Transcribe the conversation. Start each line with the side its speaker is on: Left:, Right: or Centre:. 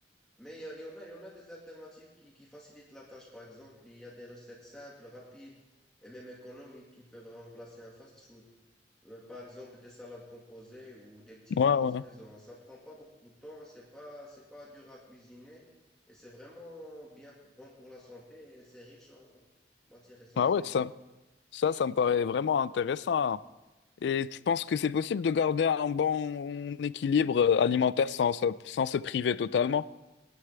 Centre: mais il y, a- il y en a, il y en a des alternatives qui, qui facilitent la tâche. Par exemple, il y a des recettes simples, rapides et même économiques qui peuvent remplacer un fast-food. Euh, par exemple, des salades composées ou des petits
Left: Ouais,
Centre: tacos
Left: ouais.
Centre: maison. Ça prend pas beaucoup de temps, c'est pas, c'est pas dur à cuisiner et c'est vraiment bien bon pour la santé et c'est riche en matières essentielles.
Left: Ah ouais, ça, ça, ça me paraît vraiment intéressant. Et tu penses que c'est possible de garder un bon équilibre alimentaire sans, se- sans se priver totalement?